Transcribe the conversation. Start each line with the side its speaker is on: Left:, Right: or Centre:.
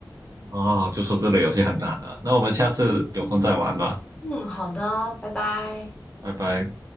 Right: 哦，就说这个游戏很难了，那我们下次有空再玩吧，
Left: 嗯，好的，拜拜。
Right: 拜拜。